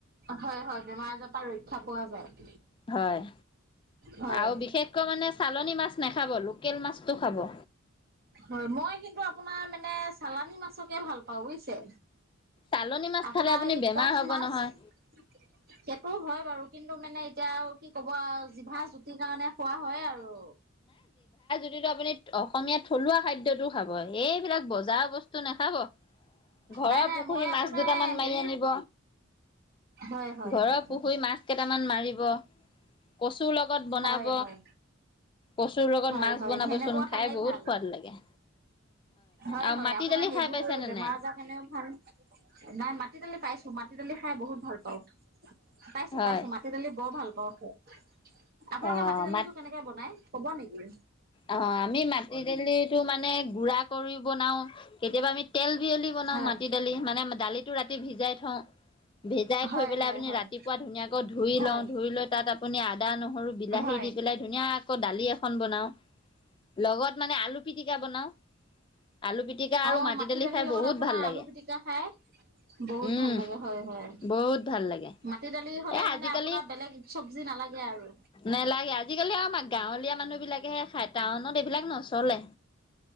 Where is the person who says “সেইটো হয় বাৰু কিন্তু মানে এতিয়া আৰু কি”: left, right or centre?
Right